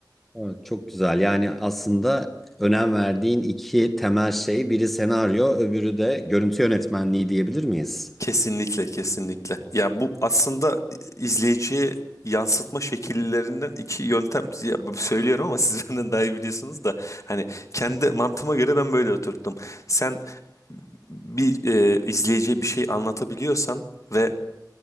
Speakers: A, in the centre; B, on the left.
A: Evet, çok güzel. Yani aslında önem verdiğin iki temel şey, biri senaryo, öbürü de görüntü yönetmenliği diyebilir miyiz?
B: Kesinlikle, kesinlikle. Ya bu aslında izleyiciye yansıtma şekillerinden iki yöntem ya söylüyorum ama siz <laughs> benden daha iyi biliyorsunuz da hani kendi mantığıma göre ben böyle oturttum. Sen bir e, izleyiciye bir şey anlatabiliyorsan ve